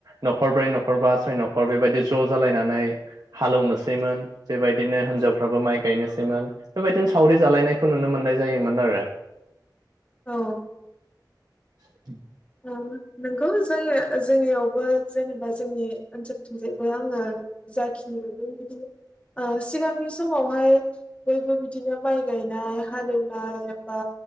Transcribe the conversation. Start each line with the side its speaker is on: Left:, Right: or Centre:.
Right: न'खरब्रै न'खरबा सय न'खर बेबायदि ज' जालायनानै हालौनोसैमोन बेबायदिनो हिनजावफ्राबो माइ गायनोसैमोन बेबायदिनो सावरि जालायनायखौ नुनो मोननाय जायोमोन आरो।
Left: औ
Right: <unintelligible>
Left: ओ नंगौ जोनि जोंनियावबो जेनेबा जोंनि ओनसोलथिंजायबो आङो जाखिनि नुदों बिदि ओ सिगांनि समावहाय बयबो बिदिनो माइ गायनाय हालेवनाय बा